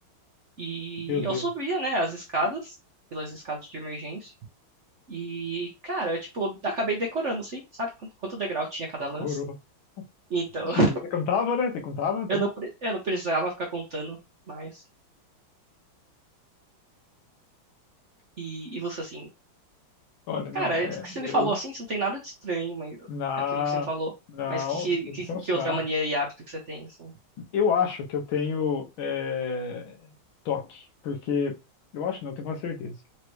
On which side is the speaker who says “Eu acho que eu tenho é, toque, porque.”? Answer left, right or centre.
Left